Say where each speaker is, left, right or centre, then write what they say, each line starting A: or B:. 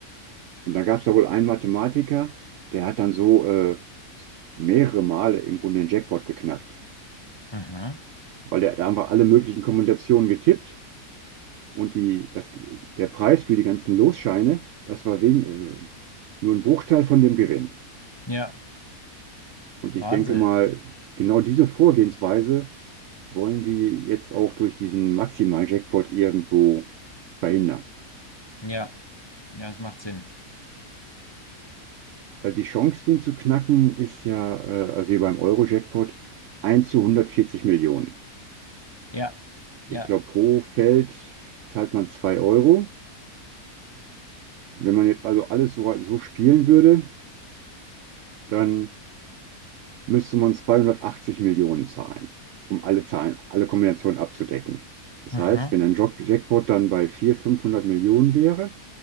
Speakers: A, on the right; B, on the left.
A: Und da gab es da wohl einen Mathematiker, der hat dann so äh, mehrere Male im Grunde den Jackpot geknackt,
B: Mhm.
A: weil der hat einfach alle möglichen Kombinationen getippt und die, das, der Preis für die ganzen Losscheine, das war wen, äh, nur ein Bruchteil von dem Gewinn.
B: Ja,
A: Und
B: Wahnsinn.
A: ich denke mal, genau diese Vorgehensweise wollen die jetzt auch durch diesen Maximal-Jackpot irgendwo verhindern.
B: Ja, ja, das macht Sinn.
A: Also die Chance, den zu knacken, ist ja, äh, also hier beim Euro-Jackpot, 1 zu 140 Millionen.
B: Ja, ja.
A: Ich glaube, pro Feld zahlt man 2 Euro. Wenn man jetzt also alles so, so spielen würde, dann müsste man 280 Millionen zahlen, um alle Zahlen, alle Kombinationen abzudecken. Das
B: Mhm.
A: heißt, wenn ein Jack- Jackpot dann bei 400, 500 Millionen wäre,